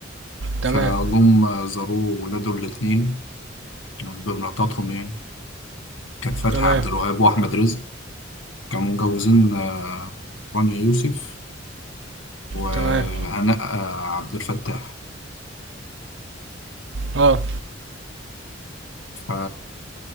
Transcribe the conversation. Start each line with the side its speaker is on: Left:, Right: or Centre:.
Right: تمام
Left: فجم آه، زاروه ولاده الاتنين يعني بمراتاتهم يعني كان فتحي
Right: تمام
Left: عبد الوهاب وأحمد رزق كانوا متجوزين آه، رانيا يوسف وهناء
Right: تمام
Left: آه، عبد الفتاح
Right: اه
Left: ف